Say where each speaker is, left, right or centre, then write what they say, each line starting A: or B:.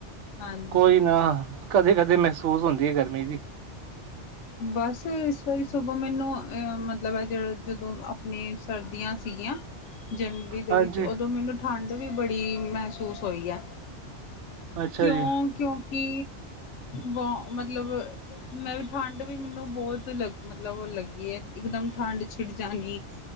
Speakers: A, on the left (about 80°); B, on the right (about 80°).
A: ਹਾਂਜੀ
B: ਕੋਈ ਨਾ ਕਦੇ- ਕਦੇ ਮਹਿਸੂਸ ਹੁੰਦੀ ਏ ਗਰਮੀ ਵੀ।
A: ਬਸ ਇਸ ਵਾਰੀ ਸਗੋਂ ਮੈਨੂੰ ਅ ਮਤਲਬ ਐ ਜ ਜਦੋਂ ਅਪਨੇ ਸਰਦੀਆਂ ਸੀਗੀਆਂ ਜਨਵਰੀ ਦੇ
B: ਹਾਂਜੀ
A: ਵਿੱਚ ਉਦੋ ਮੈਨੂੰ ਠੰਡ ਵੀ ਬੜੀ ਮਹਿਸੂਸ ਹੋਈ ਆ।
B: ਅੱਛਾ
A: ਕਿਓਂ
B: ਜੀ
A: ਕਿਉਂਕਿ ਬ ਮਤਲਬ ਮੈਂ ਵੀ ਠੰਡ ਵੀ ਮੈਨੂੰ ਬੌਤ ਲੱਗ ਮਤਲਬ ਲੱਗੀ ਐ ਇਕਦਮ ਠੰਡ ਛਿੜ ਜਾਨੀ